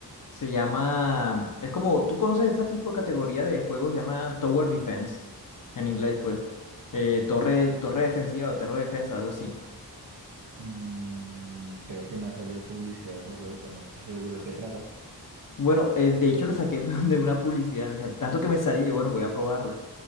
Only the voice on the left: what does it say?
se llama, es como, ¿tú conoces este tipo de categoría de juegos? Se llama Tower Defense, en inglés, pues, eh, torre, torre defensiva o torre defensa, algo así.
Bueno, eh, de hecho la saqué <laughs> de una publicidad, me sal- tanto que me salía y bueno, voy a probarla.